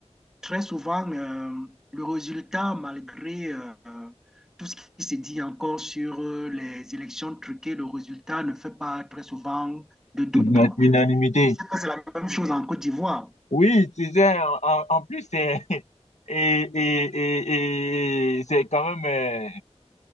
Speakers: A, in the centre; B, on the left (about 80°).
A: Très souvent, euh, le résultat, malgré euh, tout ce qui s'est dit encore sur euh, les élections truquées, le résultat ne fait pas très souvent de doute,
B: L'una-
A: quoi.
B: L'unanimité.
A: Je sais que c'est la même chose en Côte d'Ivoire.
B: Oui, tu sais, en, en- en plus, c'est, <laughs> et, et, et, et c'est quand même, euh,